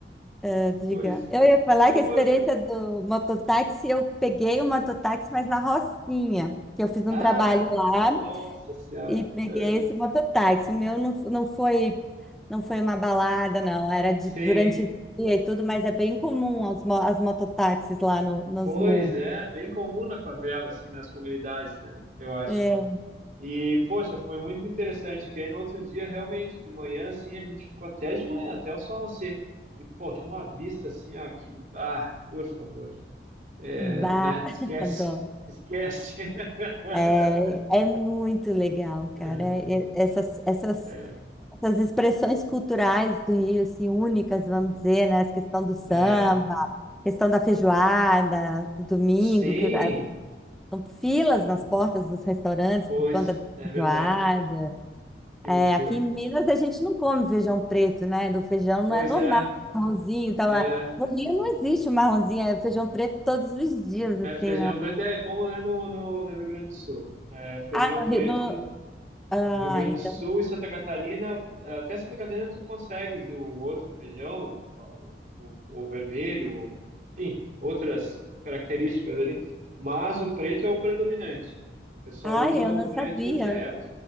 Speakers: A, in the centre; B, on the right (about 45°).
A: eh, diga,
B: pois,
A: eu ia
B: então
A: falar que a experiência
B: foi.
A: do mototáxi, eu peguei o mototáxi, mas na Rocinha, que eu fiz um
B: Ah,
A: trabalho lá
B: nossa senhora.
A: e peguei
B: É,
A: esse mototáxi. O meu não, f- não foi, não foi uma balada, não, era de,
B: sim,
A: durante o dia e tudo, mas é bem comum as, mo- as mototáxis lá no, nos
B: pois
A: MU.
B: é, bem comum na favela, assim, nas comunidades, né? Eu acho.
A: É,
B: E, poxa, foi muito interessante, que aí no outro dia, realmente, de manhã, assim, a gente ficou até de manhã, até o sol nascer. E, poxa, uma vista assim, ó, que, ah, por favor, é,
A: bah,
B: né, esquece,
A: <laughs> adoro.
B: esquece. <laughs>
A: É, é muito legal, cara.
B: É,
A: É- é- essas, essas,
B: é,
A: essas expressões culturais do Rio, assim, únicas, vamos dizer, né? Essa questão do samba,
B: é.
A: questão da feijoada, do domingo,
B: Sim,
A: que ah, são filas nas portas dos restaurantes
B: pois,
A: por conta da
B: é
A: feijoada.
B: verdade, que
A: É,
B: loucura.
A: aqui em Minas a gente não come feijão preto, né? Do feijão não
B: Pois
A: é normal,
B: é,
A: marronzinho, tá
B: é,
A: lá. No Rio não existe o marronzinho, é feijão preto todos os dias, assim,
B: é feijão
A: né?
B: preto, é como é no, no, no Rio Grande do Sul. É, feijão
A: Ah, no
B: preto
A: Rio, no... Ah,
B: No Rio Grande
A: então.
B: do Sul e Santa Catarina, até Santa Catarina tu consegues o outro feijão, o, o, o vermelho, o- enfim, outras características ali, mas o preto é o predominante. O pessoal
A: Ai,
B: usa
A: eu
B: o
A: não
B: preto
A: sabia.
B: direto.